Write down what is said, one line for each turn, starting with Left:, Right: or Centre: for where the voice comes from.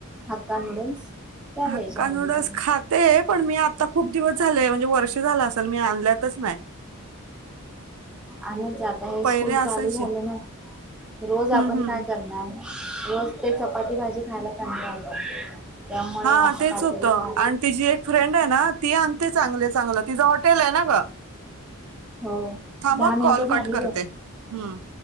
Centre: हक्का नूडल्स. त्या द्यायच्या
Right: हक्का
Centre: कधीतरी
Right: नूडल्स खात ते पण मी आत्ता खूप दिवस झाले म्हणजे वर्ष झालं असेल मी आणल्यातच नाही.
Centre: आणच जात हे
Right: पहिले
Centre: स्कूल
Right: असायचे
Centre: चालू झालं ना रोज आपण
Right: हम्म हम्म
Centre: काय करणार. रोज ते चपाती भाजी खायला कंटाळतात. त्यामुळे
Right: हा
Centre: असं
Right: तेच
Centre: काहीतरी
Right: होतं
Centre: त्रास
Right: आणि तिचीी एक फ्रेंड आहे ना ती आणते चांगले चांगलं तिझं हॉटेल आहे ना ग.
Centre: हो
Right: थांब
Centre: दहा मिनटं
Right: कॉल
Centre: झाली
Right: कट करते
Centre: ग
Right: हम्म.